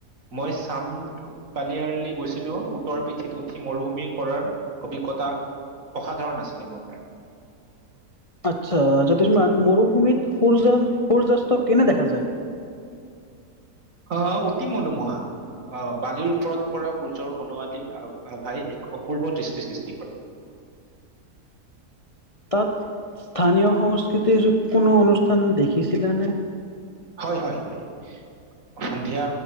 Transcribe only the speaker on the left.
আচ্ছা, জোতিশমান মৰুভূমিত সূৰ্য-সূৰ্যাস্ত কেনে দেখা যায়?
তাত, স্থানীয় সংস্কৃতিৰ কোনো, অনুষ্ঠান দেখিছিলানে?